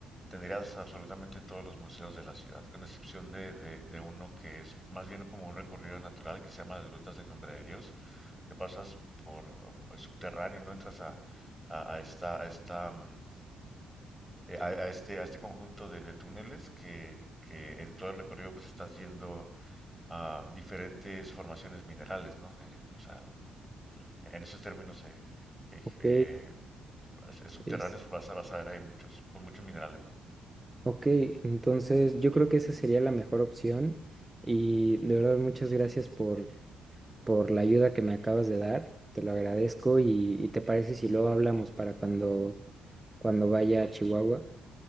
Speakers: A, in the centre; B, on the right.
A: tendrías absolutamente todos los museos de la ciudad, con excepción de, de- de uno que es más bien como un recorrido natural que se llama las Grutas del Nombre de Dios, te pasas por el subterráneo, no entras a, a- a esta, a esta, mm, eh, a, a este, a este conjunto de, de túneles que, que en todo el recorrido pues estás viendo ah, diferentes formaciones minerales, ¿no? De, o sea, en esos términos eh, eh,
B: Ok,
A: eh, s- subterráneos
B: es,
A: pues, vas a, vas a ver hay muchos, pues, muchos minerales, ¿no?
B: ok, entonces yo creo que esa sería la mejor opción. Y de verdad, muchas gracias por por la ayuda que me acabas de dar. Te lo agradezco y, y te parece si luego hablamos para cuando, cuando vaya a Chihuahua.